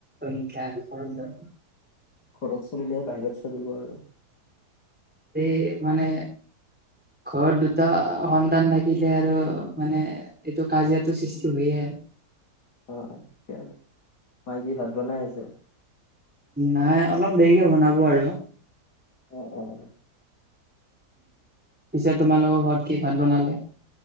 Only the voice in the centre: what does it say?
হিংসা আৰু পৰম্পৰা
এই মানে ঘৰত দুটা সন্তান থাকিলে আৰু মানে এইটো কাজিয়াটো সৃষ্টি হয়ে আৰ।
নাই অলপ দেৰিকে বনাব আৰু।
পিছে তোমালোকৰ ঘৰত কি ভাত বনালে?